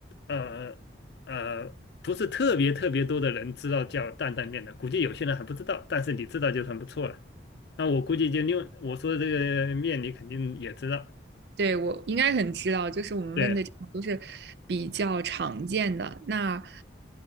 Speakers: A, on the left (about 60°); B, on the right (about 60°).
A: 呃呃，不是特别特别多的人知道叫担担面的，估计有些人还不知道，但是你知道就很不错了。那我估计就另我说的这个面你肯定也知道，
B: 对，我应该很知道，就是我们问的这种都是比较常见的。
A: 对
B: 那，